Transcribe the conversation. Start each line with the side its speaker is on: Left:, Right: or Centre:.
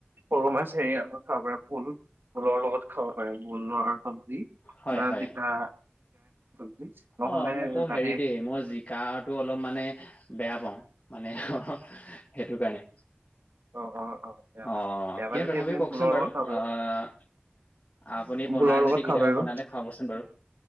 Right: সৰু মাছ হেৰিয়া খাব পাৰে 'ভোল' ভোলৰ লগত খাব পাৰে ভোলৰ চবজি
Left: হয়
Right: বা
Left: হয়
Right: জিকা <unintelligible> নহ'লে
Left: অ মোকো
Right: তাতে
Left: হেৰি দেই মই জিকাটো অলপ মানে বেয়া পাওঁ মানে সেইটো কাৰণে।
Right: অ অ বেয়া
Left: অ
Right: পায় বেয়া পায়
Left: কিন্তু
Right: যদি
Left: তথাপিও
Right: আপুনি
Left: কওকচোন
Right: ভোলৰ
Left: বাৰু
Right: লগত খাব পাৰিব
Left: আহ আপুনি বনাই
Right: ভোলৰ লগত
Left: যদি কেতিয়াবা
Right: খাব পাৰিব
Left: বনালে খাবচোন বাৰু।